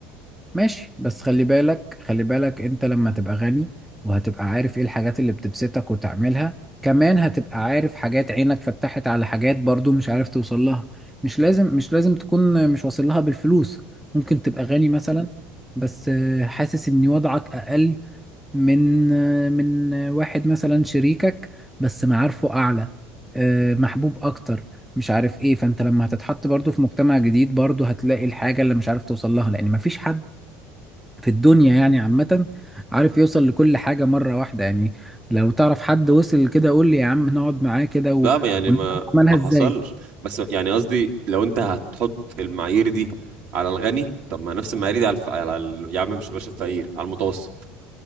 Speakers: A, in the centre; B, on the right.
A: ماشي بس خلي بالك خلي بالك انت لما تبقى غني وهتبقى عارف ايه الحاجات اللي بتبسطك وتعملها كمان هتبقى عارف حاجات عينك فتحت على حاجات برضو مش عارف توصل لها مش لازم مش لازم تكون مش واصل لها بالفلوس ممكن تبقى غني مثلا بس آه، حاسس ان وضعك اقل من آه، من آه، واحد مثلا شريكك بس معارفه اعلى آه، محبوب اكتر مش عارف ايه فانت لما هتتحط برضو في مجتمع جديد برضو هتلاقي الحاجة اللي مش عارف توصل لها لان مفيش حد في الدنيا يعني عامة عارف يوصل لكل حاجة مرة واحدة يعني لو تعرف حد وصل كده قول لي يا عم نقعد معاه كده و...
B: لا ما- يعني
A: ونشوف
B: ما
A: عملها
B: ما
A: ازاي
B: حصلش بس يعني قصدي لو انت هتحط المعايير دي على الغني طب ما نفس المعايير دي على الف... على ال... يا عم مش باشا الفقير على المتوسط